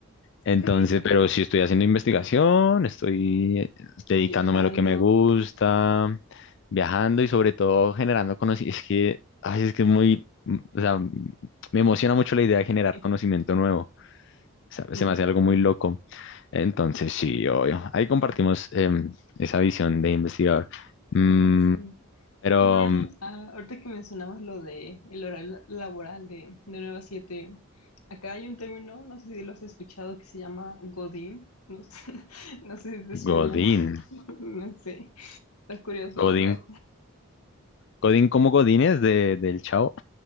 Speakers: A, on the left; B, on the left.
A: Entonces,
B: sí,
A: pero sí estoy haciendo investigación, estoy eh, dedicándome
B: viajando.
A: a lo que me gusta, viajando y sobre todo generando conocimiento. Es que, ay, es que es muy, mm, o sea, mm, me emociona mucho la idea de generar
B: <laughs>
A: conocimiento nuevo. O sea,
B: Sí,
A: se
B: sí,
A: me hace algo
B: sí.
A: muy loco. Entonces, sí, obvio. Ahí compartimos em, esa visión de investigador. Mm,
B: Ay, sí.
A: pero,
B: Y bueno, ahora-
A: mm,
B: ah, ahorita que mencionabas lo de el horario laboral de, de 9 a 7, acá hay un término, no sé si lo has escuchado, que se llama Godín. No sé, <laughs> no sé si te suena,
A: Godín,
B: <laughs> no sé. Está curioso,
A: Godín,
B: o sea,
A: Godín como Godínez de, del Chavo.